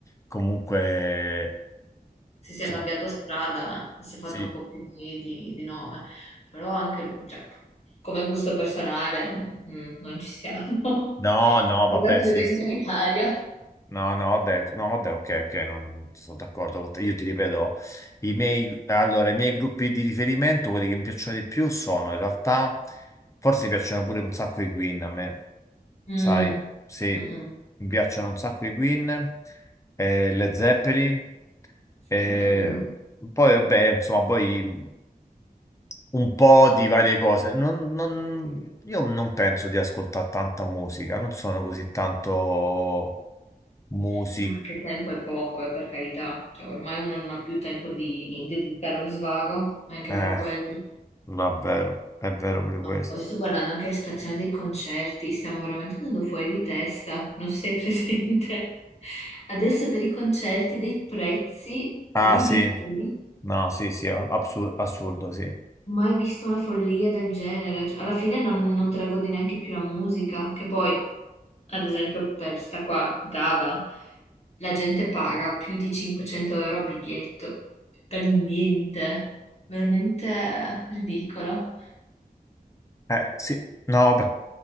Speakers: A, on the left (about 20°); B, on the left (about 45°).
A: comunque,
B: si sia
A: insomma,
B: cambiato strada, eh, si è fatto
A: sì,
B: un po' più di, di- di nome, però anche cioè, come gusto personale mm, mm, non ci siamo.
A: no,
B: <laughs>
A: no,
B: Mi
A: vabbè,
B: rappresenta
A: sì, sì.
B: l'Italia.
A: No, no, vabbè, no, vabbè, ok, ok, non sono d'accordo con te. Io ti ripeto, i miei, allora, i miei gruppi di riferimento, quelli che mi piacciono di più, sono in realtà, forse mi piacciono pure un sacco i Queen a me,
B: Mm,
A: sai, sì,
B: mm, mm.
A: mi piacciono un sacco i Queen, eh, Led Zeppelin,
B: Sì,
A: eh,
B: vabbè, mm.
A: poi vabbè, insomma, poi un po' di varie cose. Non- non- io non penso di ascoltare tanta musica, non sono così tanto music.
B: Sì, ma anche il tempo è poco, eh, per carità. Cioè, ormai uno non ha più tempo di, di dedicare allo svago, è anche
A: Eh,
B: vero quello.
A: vabbè, è vero pure questo.
B: Ma Poi sto guardando anche la situazione dei concerti, stiamo veramente andando fuori di testa, non sei presente? <laughs> Adesso per i concerti dei prezzi
A: Ah
B: ridicoli,
A: sì, no, sì, sì, assu- assurdo, sì.
B: mai visto una follia del genere, Cioè, alla fine non, non te la godi neanche più la musica, che poi, ad esempio per sta qua, Gaga, la gente paga più di 500 euro a biglietto, per niente, veramente ridicolo.
A: Eh, sì, no, beh,